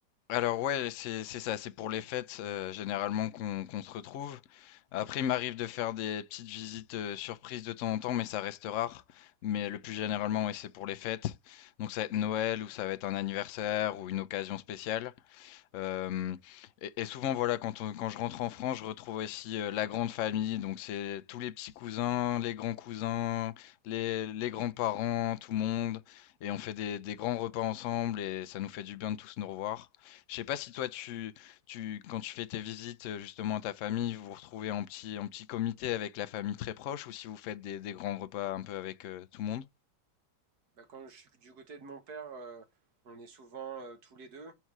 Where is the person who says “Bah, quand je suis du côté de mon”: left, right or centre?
Right